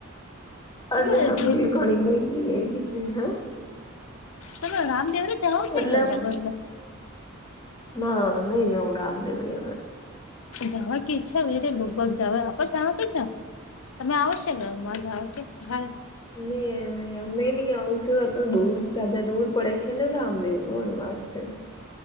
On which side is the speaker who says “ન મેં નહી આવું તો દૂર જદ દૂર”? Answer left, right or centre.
Left